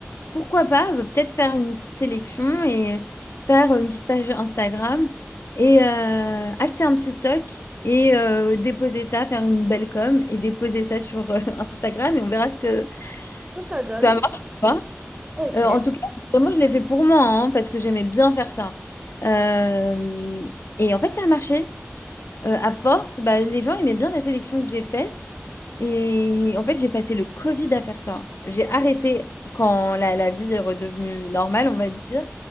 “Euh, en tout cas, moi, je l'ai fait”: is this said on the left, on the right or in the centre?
Left